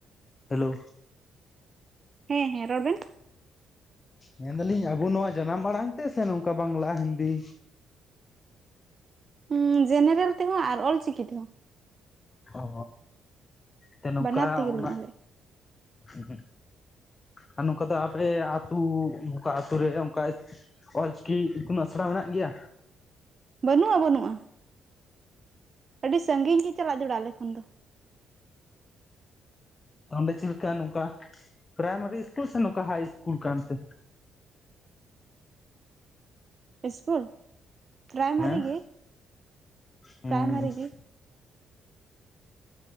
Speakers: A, on the left; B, on the right.
A: ᱪᱟᱞᱩ
B: ᱦᱮᱸ ᱦᱮᱸ ᱨᱚᱲ ᱵᱮᱱ᱾
A: ᱢᱮᱱᱫᱟᱞᱤᱧ ᱟᱵᱚ ᱱᱚᱣᱟ ᱡᱟᱱᱟᱢ ᱟᱲᱟᱝ ᱛᱮ ᱥᱮ ᱱᱚᱝᱠᱟ ᱵᱟᱝᱞᱟ ᱦᱤᱱᱫᱤ?
B: ᱦᱮ ᱡᱮᱱᱟᱨᱮᱞ ᱛᱮᱦᱚᱸ ᱟᱨ ᱚᱞᱪᱤᱠᱤ ᱛᱮᱦᱚᱸ᱾
A: ᱚ ᱛᱮ ᱱᱚᱝᱠᱟ
B: ᱵᱟᱱᱟᱨ ᱛᱮᱜᱮᱞᱤᱧ
A: ᱚᱱᱟ
B: ᱚᱞᱮᱫ
A: ᱦᱩ ᱟᱨ ᱱᱚᱝᱠᱟ ᱫᱚ ᱟᱯᱮ ᱟᱹᱛᱩ ᱱᱚᱝᱠᱟ ᱟᱛᱳ ᱨᱮ ᱚᱝᱠᱟ ᱚᱞᱪᱤᱠᱤ ᱤᱛᱩᱱᱟᱜ ᱥᱮᱬᱟ ᱢᱮᱱᱟᱜ ᱜᱮᱭᱟ?
B: ᱵᱟᱹᱱᱩᱜᱼᱟ ᱵᱟᱹᱱᱩᱜᱼᱟ᱾ ᱟᱹᱰᱤ ᱥᱟᱺᱜᱤᱧ ᱜᱮ ᱪᱟᱞᱟᱜ ᱡᱚᱲᱟ ᱟᱞᱮ ᱠᱷᱚᱱ ᱫᱚ᱾
A: ᱚᱸᱰᱮ ᱪᱮᱫ ᱞᱮᱠᱟ ᱱᱚᱝᱠᱟ, ᱯᱨᱟᱭᱢᱟᱨᱤ ᱤᱥᱠᱩᱞ ᱥᱮ ᱱᱚᱝᱠᱟ ᱦᱟᱭ ᱤᱥᱠᱩᱞ ᱠᱟᱱᱛᱮ?
B: ᱤᱥᱠᱩᱞ ᱯᱨᱟᱭᱢᱟᱨᱤ
A: ᱦᱮᱸ
B: ᱜᱮ,
A: ᱦᱩᱸ
B: ᱯᱨᱟᱭᱢᱟᱨᱤ ᱜᱮ᱾